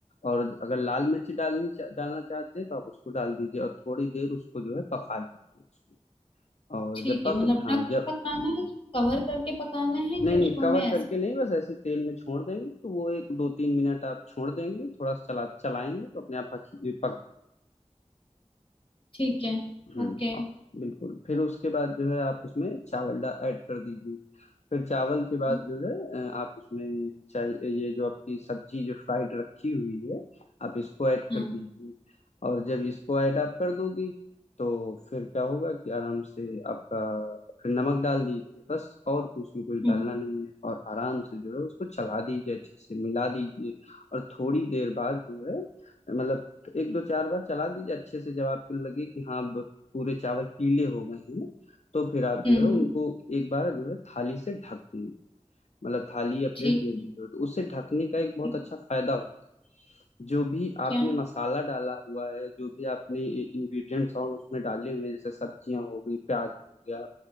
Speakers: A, on the left; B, on the left.
A: और अगर लाल मिर्च डालनी चा, डालना चाहते हैं तो आप उसको डाल दीजिए और थोड़ी देर उसको जो है पका लीजिए उसमें और
B: ठीक
A: जब पक
B: है मतलब
A: हाँ
B: ढक
A: जब
B: के पकाना
A: जी
B: है कवर करके पकाना है
A: नहीं
B: कि
A: नहीं
B: उसको
A: कवर
B: हमें ऐसे
A: करके नहीं बस ऐसे तेल में छोड़ देंगे तो वो एक दो तीन मिनट आप छोड़ देंगे थोड़ा चला चलाएंगे तो अपने आप पक पक
B: ठीक है
A: हम्म
B: ओके
A: हाँ बिल्कुल फिर उसके बाद जो है आप उसमें चावल डा ऐड कर दीजिए फिर चावल के बाद
B: हम्म
A: जो है अ, आप उसमें चाहे ये जो आपकी सब्जी जो फ्राइड रखी हुई है आप इसको ऐड कर
B: हम्म
A: दीजिए और जब इसको ऐड आप कर दोगी तो फिर क्या होगा कि आराम से आपका फिर नमक डाल दीजिए बस और तो उसमें कुछ
B: हम्म
A: डालना नहीं है और आराम से जो है उसको चला दीजिए अच्छे से मिला दीजिए और थोड़ी देर बाद जो है मतलब एक दो चार बार चला दीजिए अच्छे से जब आपको लगे कि हाँ अब पूरे चावल पीले हो गए हैं तो फिर आप
B: हम्म,
A: जो है उनको एक बार जो है थाली से ढक दें मतलब थाली या
B: ठीक
A: प्लेट जो
B: है
A: भी हो तो उससे ढकने का एक बहुत
B: ठीक
A: अच्छा फायदा होता है जो भी आपने
B: क्या
A: मसाला डाला हुआ है जो भी आपने इंग्रेडिएंट्स और उसमें डाले हुए हैं जैसे सब्जियां हो गई प्याज हो गया